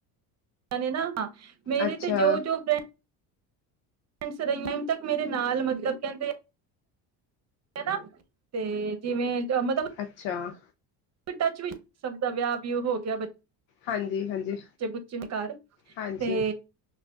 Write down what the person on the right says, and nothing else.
ਕ ਨਾਾਂ <unintelligible> ਮੇਰੇ
ਤੇ ਜੋ ਜੋ ਫਰੈਂਡ <unintelligible> ਤ ਮੇਰੇ ਨਾਲ ਮਤਲਬ ਕਹਿੰਦੇ ਹੈਨਾ ਤੇ ਜਿਵੇਂ ਮਤਲਬ
ਟੱਚ ਵੀ ਸਕਦਾ ਵਿਆ ਵੀ ਉਹ ਹੋ ਗਿਆ ਬੱ ਬੱਚੇ
ਬੁੱਚੇ ਨੇ ਘਰ
ਤੇ